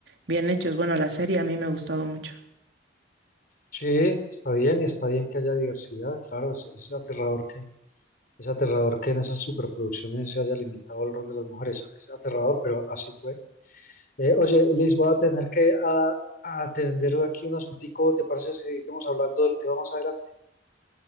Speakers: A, on the right (about 70°); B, on the left (about 55°).
A: bien hechos. Bueno, la serie a mí me ha gustado mucho.
B: Sí, está bien y está bien que haya diversidad, claro, es, es aterrador que es aterrador que en esas superproducciones se haya limitado el rol de las mujeres, es aterrador, pero así fue Eh, oye, Liz, voy a tener que a, a atender aquí un asuntico. ¿Te parece si seguimos hablando del tema más adelante?